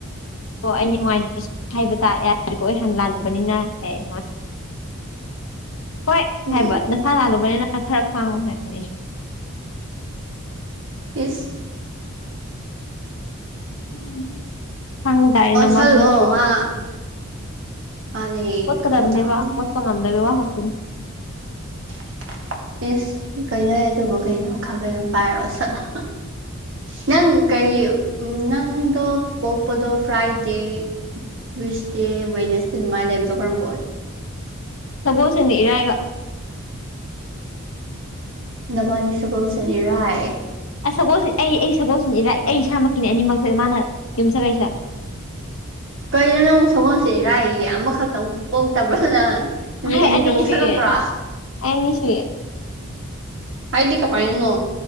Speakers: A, on the left; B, on the right.
A: ꯑꯣ ꯑꯩ ꯅꯨꯡꯉꯥꯏꯇ꯭ꯔꯁꯨ ꯍꯥꯏꯕ ꯇ ꯌꯥꯔꯦꯀꯣ ꯑꯩ ꯍꯥꯟ ꯂꯥꯜꯂꯨꯕꯅꯤꯅ ꯑꯦ ꯍꯣꯏ
B: ꯎꯝ
A: ꯍꯥꯏꯕ ꯅꯥꯁꯅ ꯂꯥꯜꯂꯨꯕꯅꯤꯅ ꯈꯥꯔ ꯈꯥꯡꯉꯨ ꯍꯥꯏꯕꯅꯤ ꯑꯩꯁꯨ
B: ꯏꯁ
A: <unintelligible> ꯇꯥꯏꯔꯦ
B: ꯑꯣꯠꯁꯜꯂꯣ
A: ꯅꯃꯁꯨ ꯅꯠꯇ꯭ꯔꯣ
B: ꯃꯥ ꯃꯥꯅꯦ
A: ꯑꯣꯠꯀꯗꯕꯅꯦꯕ
B: ꯈꯪꯕ ꯇꯥꯕꯅꯦ
A: ꯑꯣꯠꯄ ꯉꯝꯗꯕꯩ ꯋꯥ ꯈꯛꯇꯅꯤ
B: <inaudible> ꯏꯁ ꯀꯩꯅꯦ ꯑꯗꯨꯕꯨ ꯀꯩꯅꯣ ꯈꯥꯕꯩ‌ ꯑꯃ ꯄꯥꯏꯔ ꯑꯣꯠꯁꯟꯂꯣ ꯅꯪ ꯀꯔꯤ ꯅꯪꯗꯣ ꯄꯣꯛꯄꯗꯣ ꯐ꯭ꯔꯥꯏꯗꯦ ꯇꯨꯁꯏꯁꯗꯦ ꯋꯦꯅꯦꯁꯗꯦ ꯑꯗꯨꯃꯥꯏꯅ ꯂꯩꯕꯗꯣ ꯀꯔꯝꯕ ꯑꯣꯏ
A: ꯁꯒꯣꯜꯁꯦꯟꯒ ꯏꯔꯥꯢꯒ
B: ꯅꯕꯥꯅꯤ ꯁꯒꯣꯜꯁꯦꯟ ꯏꯔꯥꯏ
A: ꯑꯁ ꯁꯒꯣꯜꯁꯦꯜ ꯑꯩ ꯑꯩ ꯁꯒꯣꯜꯁꯦꯜ ꯏꯔꯥꯏ ꯑꯩ ꯏꯁꯥꯃꯛꯀꯤꯅꯤ ꯑꯅꯤꯃꯛꯁꯦ ꯃꯥꯅ ꯌꯨꯝ ꯁꯒꯩꯁ
B: ꯀꯩꯅꯣ ꯅꯪ ꯕꯨ ꯁꯒꯣꯟꯁꯦꯟ ꯏꯔꯥꯏꯌꯦ ꯑꯃꯈꯛꯇꯪ ꯄꯣꯛꯇꯕ꯭ꯔꯣ ꯅꯪ ꯅꯨꯃꯤꯠ
A: ꯑꯩ
B: ꯑꯅꯤꯗ
A: ꯑꯅꯤ
B: ꯄꯣꯛꯁꯟꯂꯛꯄ꯭ꯔꯣ
A: ꯁꯨꯏꯌꯦ ꯑꯩ ꯑꯅꯤ ꯁꯨꯏꯌꯦ
B: ꯍꯥꯏꯗꯤ ꯀꯃꯥꯏꯅꯅꯣ